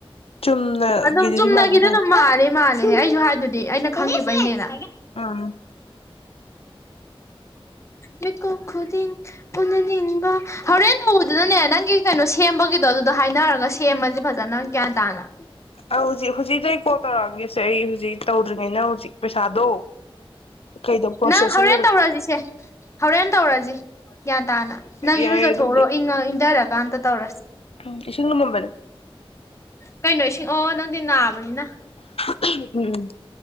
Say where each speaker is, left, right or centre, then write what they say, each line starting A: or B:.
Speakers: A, on the left; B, on the left.
A: ꯆꯨꯝꯅꯒꯤꯗꯤ
B: ꯑꯗꯨꯝ ꯆꯨꯝꯅꯒꯤꯗꯤ
A: ꯃꯥꯟꯗꯤ ꯃꯥꯟꯂꯦ
B: ꯑꯗꯨꯝ ꯃꯥꯂꯦ ꯃꯥꯜꯂꯦ ꯑꯩꯁꯨ ꯍꯥꯏ ꯑꯗꯨꯗꯤ ꯑꯩꯅ ꯈꯪꯖꯕꯩꯅꯦꯅ
A: ꯎꯝ
B: ꯃꯤꯀꯥꯞ ꯈꯨꯗꯤꯡ ꯎꯅ ꯅꯤꯡꯕ ꯍꯣꯔꯦꯟ ꯇꯧꯕꯗꯨꯗꯅꯦ ꯅꯪꯒꯤ ꯀꯩꯅꯣ ꯁꯦꯝꯕꯒꯤꯗꯣ ꯑꯗꯨꯗꯣ ꯍꯥꯏꯅꯔꯒ ꯁꯦꯝꯃꯁꯦ ꯐꯖꯅ ꯒ꯭ꯌꯥꯟ ꯇꯥꯅ
A: ꯑꯧ ꯍꯧꯖꯤꯛ ꯍꯧꯖꯤꯛꯗ ꯑꯩ ꯀꯣꯜ ꯇꯧꯔꯛꯑꯒꯦꯁꯦ ꯑꯩ ꯍꯧꯖꯤꯛ ꯇꯧꯗ꯭ꯔꯤꯉꯩꯩ ꯅꯪ ꯍꯧꯖꯤꯛ ꯄꯩꯁꯥꯗꯣ ꯀꯩꯗꯣ ꯄ꯭ꯔꯣꯁꯦꯁꯤꯡꯗ
B: ꯅꯪ ꯍꯣꯔꯦꯟ ꯇꯧꯔꯁꯤꯁꯦ ꯍꯧꯔꯦꯟ ꯇꯧꯔꯁꯤ ꯒ꯭ꯌꯥꯟ ꯇꯥꯅ ꯅꯪ
A: ꯌꯥꯏ
B: ꯏꯔꯨꯖꯊꯣꯛꯎꯔꯣ
A: ꯑꯗꯨꯕꯨꯗꯤ
B: ꯏꯪ ꯏꯪꯊꯔꯀꯥꯟꯗ ꯇꯧꯔꯁꯤ
A: ꯎꯝ ꯏꯁꯤꯡ ꯂꯨꯃꯥꯝꯕꯅꯤ
B: ꯀꯩꯅꯣ ꯏꯁꯤꯡꯉ ꯑꯣ ꯅꯪꯗꯤ ꯅꯥꯕꯅꯤꯅ
A: ꯎꯝ